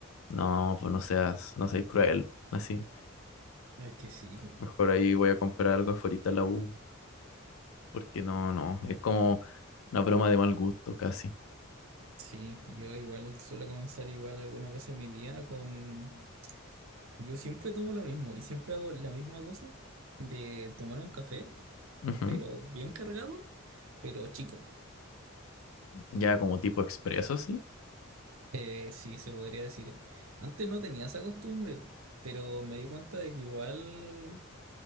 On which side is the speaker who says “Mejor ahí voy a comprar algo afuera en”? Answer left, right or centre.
Left